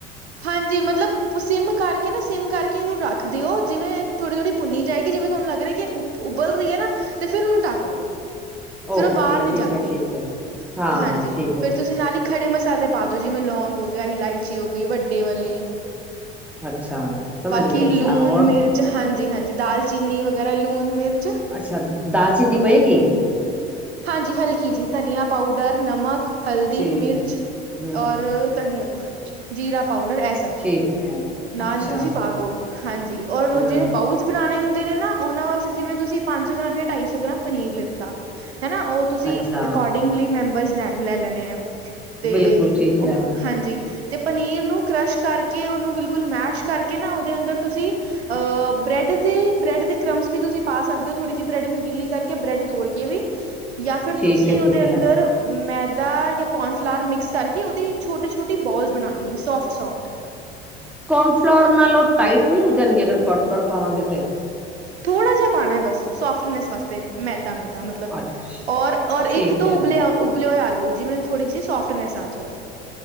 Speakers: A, on the right (about 80°); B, in the centre.
A: ਹਾਂਜੀ ਮਤਲਬ ਤੁਸੀ ਸਿਮ ਕਰਕੇ ਨਾ, ਸਿਮ ਕਰਕੇ ਇਹਨੂੰ ਰੱਖ ਦਿਓ। ਜਿਵੇਂ ਥੋੜੀ-ਥੋੜੀ, ਭੁੰਨ ਜਾਏਗੀ। ਜਿਵੇਂ ਤੁਹਾਨੂੰ ਲੱਗ ਰਿਹਾ ਕੀ ਉਪ ਉਬਲ ਰਹੀ ਹੈ ਨਾ। ਤੇ ਫੇਰ ਉਹਨੂੰ ਡੱਕ ਦੋ। ਫਿਰ
B: ਓਕੇ
A: ਉਹ ਬਾਹਰ ਨੀ
B: ਠੀਕ
A: ਜਾਂਦੀ।
B: ਹੈ ਠੀਕ ਹੈ ਹਾਂ
A: ਹਾਂਜੀ
B: ਹਾਂ ਠੀਕ
A: ਫੇਰ,
B: ਹੈ ਠੀਕ
A: ਤੁਸੀਂ ਨਾਲ
B: ਹੈ
A: ਹੀ ਖੜੇ ਮਸਾਲੇ ਪਾ ਦੋ। ਜਿਵੇਂ ਲੌਂਗ ਹੋ ਗਿਆ, ਇਲਾਇਚੀ ਹੋ ਗਈ ਵੱਡੇ ਵਾਲੇ
B: ਅੱਛਾ ਸਮਝ
A: ਬਾਕੀ
B: ਗਏ ਅੱਛਾ
A: ਲੂਣ-
B: ਹੋਰ
A: ਮਿਰਚ ਚ ਹਾਂਜੀ- ਹਾਂਜੀ, ਦਾਲਚੀਨੀ ਵਗੈਰਾ ਲੂਣ- ਮਿਰਚ।
B: ਅੱਛਾ। ਦਾਲਚੀਨੀ ਪੇਗੀ।
A: ਹਾਂਜੀ ਹਲਕੀ ਜੀ। ਧਨੀਆ ਪਾਊਡਰ, ਨਮਕ ਹਲਦੀ,
B: ਠੀਕ
A: ਮਿਰਚ,
B: ਹਮ
A: ਔਰ ਧਨੀਆਂ ਪਾਉਡਰ, ਜੀਰਾ ਪਾਊਡਰ, ਐਸ
B: ਠੀਕ ਹੈ
A: ਨਾਲ
B: ਅੱਛਾ
A: ਹੀ ਤੁਸੀਂ ਪਾ ਦੋ, ਹਾਂਜੀ ਔਰ
B: ਹਮ
A: ਜਿਹੜੇ ਬਾਹੁ ਬਣਾਣੇ ਹੁੰਦੇ ਨੇ ਨਾ। ਉਹਨਾਂ ਵਾਸਤੇ, ਜਿਵੇਂ ਤੁਸੀਂ ਪੰਜ ਸੌ ਗ੍ਰਾਮ ਜਾਂ ਢਾਈ ਸੌ ਗ੍ਰਾਮ ਪਨੀਰ ਲਿੱਤਾ ਹਨਾ। ਉਹ ਤੁਸੀਂ
B: ਅੱਛਾ
A: ਅਕੋਡਿੰਗਲੀ ਮੈਂਬਰਸ ਲੈ- ਲੈ ਲੈਣੇ ਐ। ਤੇ
B: ਬਿਲਕੁਲ ਠੀਕ
A: ਉਹ
B: ਹੈ
A: ਹਾਂਜੀ। ਤੇ ਪਨੀਰ ਨੂੰ ਕ੍ਸ਼ ਕਰਕੇ, ਉਹਨੂੰ ਬਿਲਕੁਲ ਮੈਸ਼ ਕਰਕੇ ਨਾ ਉਹਦੇ ਅੰਦਰ ਤੁਸੀਂ ਅਹ ਬ੍ਰੈਡ ਜੀ, ਬ੍ਰੈਡ ਦੇ ਕ੍ਰਮਸ ਵੀ ਤੁਸੀਂ ਪਾ ਸਕਦੇ ਹੋ ਥੋੜ੍ਹੀ ਜਿਹੀ ਬ੍ਰੈਡ ਨੂੰ ਗਿੱਲੀ ਕਰਕੇ ਬ੍ਰੈਡ ਤੋੜ ਕੇ ਵੀ ਜਾਂ ਫਿਰ
B: ਠੀਕ
A: ਤੁਸੀਂ
B: ਹੈ
A: ਉਹਦੇ
B: ਠੀਕ ਹੈ
A: ਅੰਦਰ ਮੈਦਾ ਜਾਂ ਕੋਰਨਫਲਾਵਰ ਮਿਕਸ ਕਰਕੇ ਉਹਦੀ ਛੋਟੀ-ਛੋਟੀ ਬੋਲਸ ਬਣਾਣੀ ਹੈ ਸੋਫਟ-ਸੋਫਟ
B: ਕੋਰਨਫਲਾਵਰ ਨਾਲ ਉਹ ਟਾਈਟ ਨਹੀਂ ਹੋ ਜਾਣਗੇ ਅਗਰ ਕੋਰਨਫਲਾਰ ਪਾਵਾਂਗੇ ਤੇ
A: ਥੋੜ੍ਹਾ ਜਿਹਾ ਪਾਣੈ ਬਸ ਸੋਫਨੈਸ ਵਾਸਤੇ ਮੈਦਾ-ਮੈਦਾ ਮਤਲਬ
B: ਅੱਛਾ
A: ਮਤਲਬ ਔਰ-ਔਰ
B: ਠੀਕ
A: ਇੱਕ ਦੋ
B: ਹੈ
A: ਉਬਲੇ-ਉਬਲੇ ਹੋਏ ਆਲੂ ਜਿਵੇਂ ਥੋੜ੍ਹੀ ਜਿਹੀ ਸੋਫਟਨੈਸ ਆ ਜਾਏ